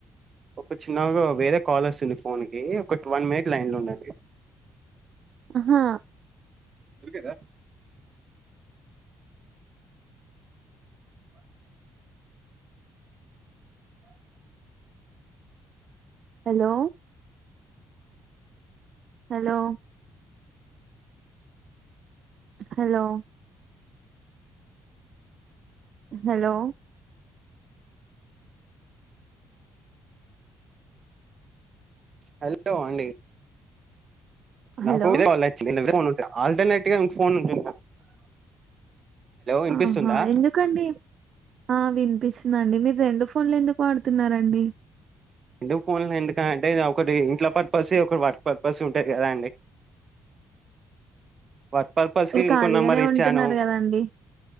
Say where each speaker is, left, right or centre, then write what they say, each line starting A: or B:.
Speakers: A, on the right; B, on the right.
A: ఒక చిన్నగా వేరే కాల్ ఓస్తుంది ఫోన్ కి ఒక టూ వన్ మినిట్ లైన్ లో ఉండండి
B: అ హా
A: దొరికి రా
B: hello hello hello hello
A: hello అండీ
B: హలో
A: నాకు ఇదే కాలచి ఇదే పోనూ ఆల్టర్నేట్గా ఫోన్ ఉంటు వినిపిస్తుందా
B: ఆహా ఎందుకండి ఆ వినిపిస్తుందండి మీ రెండు ఫోన్లు ఎందుకు వాడుతున్నారండి
A: రెండు ఫోన్లు ఎందుకనీ అంటే అది ఒకటి ఇంట్ల పర్పస్ ఒకటి వర్క్ పర్పస్ ఉంటది గదా అండీ వర్క్ పర్పస్
B: మీరు
A: కి ఇంకోనంబర్
B: ఖాళీగానే
A: ఇచ్చాను
B: ఉంటున్నారు కదండి